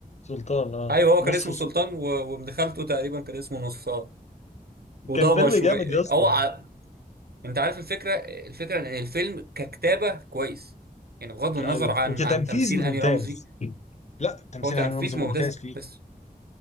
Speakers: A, on the left; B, on the right.
A: سلطان اه
B: ايوه هو كان
A: نصف
B: اسمه سلطان
A: سلطان
B: و- وابن خالته تقريبا كان اسمه نصار وضبه
A: كان فيلم
B: شويه
A: جامد يا اسطى
B: هو ع- انت عارف الفكره الفكره ان الفيلم ككتابه كويس يعني بغض النظر
A: ايوه
B: عن
A: وكتنفيذ
B: عن تمثيل هاني
A: ممتاز
B: رمزي
A: لا تمثيل
B: هو تنفيذ
A: هاني رمزي ممتاز
B: ممتاز
A: فيه
B: بس